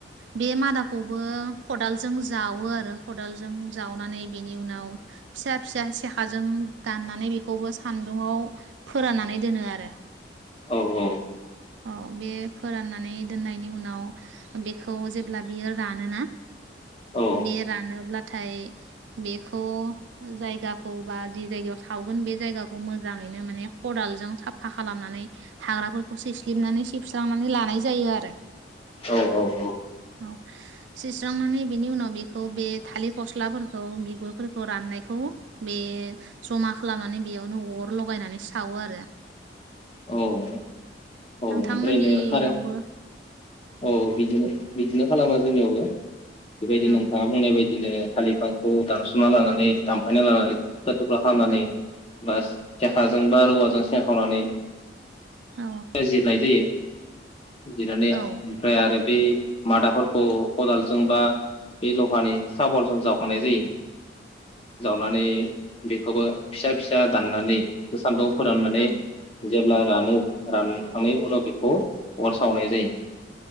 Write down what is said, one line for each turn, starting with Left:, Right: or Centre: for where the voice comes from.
Right: बे मादाखौबो खदाल जों जावो आरो खदालजों जावनानै बेनि उनाव फिसा फिसा सेखाजों दाननानै बेखौबो सानदुंङाव फोराननानै दोनो आरो
Left: औ औ।
Right: औ बे फोराननानै दोननायनि उनाव बेखौ जेब्ला बियो रानोना
Left: औ
Right: बे रानोब्ला नाथाय बेखौ जायगाखौ बा जि जायगायाव सावगोन बे जायगाखौ मोजाङैनो माने खदालजों साफा खालामनानै हाग्राफोरखौ सैस्लिबनानै सिबस्रांनानै लानाय जायो आरो
Left: औ औ औ।
Right: औ सि स्रांनानै बेनि उनाव बेखौ बे थालिर फस्लाफोरखौ बिगुरफोरखौ राननायखौ बे जमा खालामनानै बेयावनो अर लगायनानै सावो आरो।
Left: औ ओमफ्रायनो
Right: नोंथांमोननियावबो
Left: खारो औ बिदिनो बिदिनो खालामो जोंनियावबो। बेबायदि
Right: औ
Left: नोंथाङा बुंनाय बायदिनो थालिफांखौ दानस'ना लानानै दानफायना लानानै थुख्रा थुख्रा खालामनानै
Right: औ
Left: बा सेखाजों बा रुवाजों सेंखावनानै
Right: औ
Left: जिरनाय जायो। जिनानाया
Right: औ
Left: ओमफ्राय आरो बे मादाफोरखौ खदालजों बा बे लहानि साबलजों जावखांनाय जायो। जावनानै बेखौबो फिसा फिसा दाननानै बेखौ सान्दुङाव फोराननानै
Right: औ
Left: जेब्ला रानो रानखांनायनि उनाव बेखौ अर सावनाय जायो।